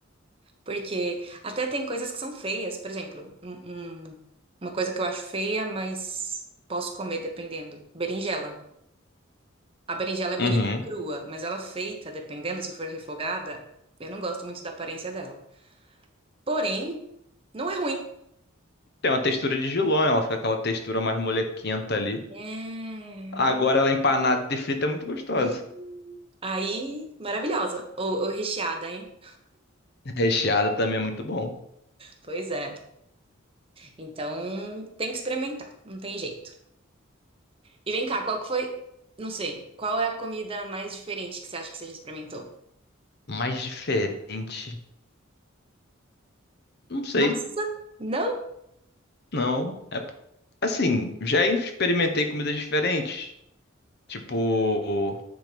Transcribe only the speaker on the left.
uhum.
Tem uma textura de jiló, né? Ela fica aquela textura mais molequenta ali.
Agora ela empanada e frita é muito gostosa.
<laughs> Recheada também é muito bom.
Mais diferente. Não sei.
Não. É... Assim, já experimentei comidas diferentes. Tipo.